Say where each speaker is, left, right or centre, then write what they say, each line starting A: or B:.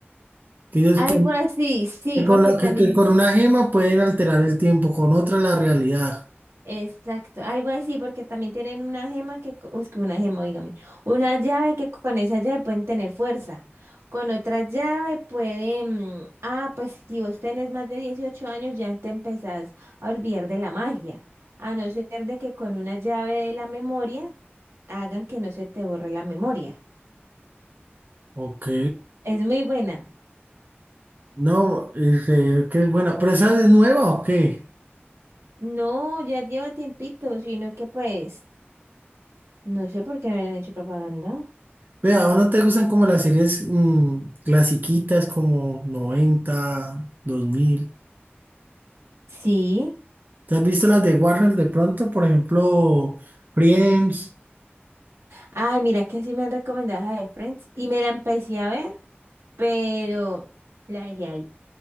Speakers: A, on the right; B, on the right.
A: Que ellos
B: Algo
A: con,
B: así, sí,
A: que
B: porque
A: con, la-
B: también
A: que- que con una gema pueden alterar el tiempo, con otra la realidad.
B: Exacto, algo así, porque también tienen una gema que, co- es que una gema, dígame, una llave que con esa llave pueden tener fuerza, con otra llave pueden, ah, pues si vos tenés más de 18 años ya te empezás a olvidar de la magia, a no ser de que con una llave de la memoria hagan que no se te borre la memoria.
A: Ok.
B: Es muy buena.
A: No, este, que es buena. ¿Pero esa es nueva o qué?
B: No, ya lleva tiempito, sino que pues, no sé por qué no le han hecho propaganda.
A: Vea, ¿o no te gustan como las series mm, clasiquitas como 90, 2000?
B: Sí.
A: ¿Te has visto las de Warner de pronto? Por ejemplo, Friends.
B: Ay, mira, es que sí me han recomendado esa de Friends y me la empecé a ver, pero la dejé ahí.